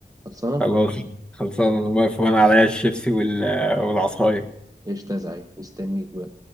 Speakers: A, on the right; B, in the centre.
A: خلصانة؟
B: خلاص خلصان انا واقف وانا عليا الشيبسي وال- والعصايه
A: قشطة يا زعيم مستنيك بقى